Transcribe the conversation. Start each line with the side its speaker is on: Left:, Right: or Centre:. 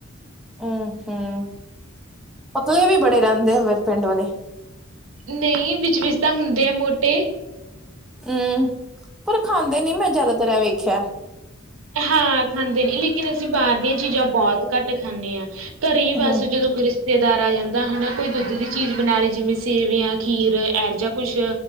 Centre: ਹਮ -ਹਮ। ਲੇ ਵੀ ਬੜੇ ਰਹਿੰਦੇ ਆ ਫਿਰ ਪਿੰਡ ਵਾਲੇ
Right: ਨਹੀਂ ਵਿੱਚ ਵਿਚ ਤਾਂ ਹੁੰਦੇ ਆ ਮੋ ਤੇ।
Centre: ਹਮ ਪਰ ਖਾਂਦੇ ਨੀ ਮੈਂ ਜ਼ਿਆਦਾਤਰਰ ਐ ਵੇਖਿਆ।
Right: ਹਾਂ ਖਾਂਦੇ ਨੀ ਲੇਕਿਨ ਅਸੀਂ ਬਾਹਰ ਦੀਆਂ ਚੀਜ਼ਾਂ ਬਹੁਤ ਘੱਟ ਖਾਂਦੇ ਹਾਂ। ਘਰੇ ਹੀ ਬਸ
Centre: ਹੂੰ।
Right: ਜਦੋਂ ਕੋਇ ਰਿਸ਼ਤੇਦਾਰ ਆ ਜਾਂਦਾ ਹਨਾ ਕੋਈ ਦੁੱਧ ਦੀ ਚੀਜ਼ ਬਣਾ ਲਈ ਜਿਵੇਂ ਸੇਵੀਆਂ, ਖੀਰ ਐਰ ਜਾ ਕੁਛ